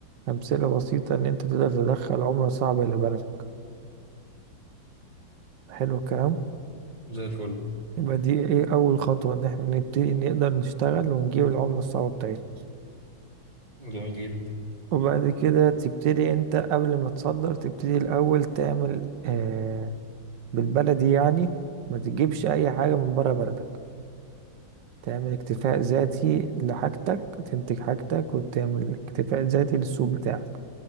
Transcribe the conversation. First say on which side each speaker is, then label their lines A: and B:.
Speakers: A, on the right; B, on the right.
A: امثلة بسيطة ان انت تقدر تدخل عملة صعبة الى بلدك حلو الكلام
B: زي الفل
A: يبقى دي ايه اول خطوة ان احنا نبتدي نقدر نشتغل ونجيب العملة الصعبة بتاعتنا
B: جميل جدا
A: وبعد كده تبتدي انت قبل ما تصدر تبتدي الاول تعمل آه بالبلدي يعني ما تجيبش اي حاجة من بره بلدك تعمل اكتفاء ذاتي لحاجتك تنتج حاجتك وتعمل اكتفاء ذاتي للسوق بتاعك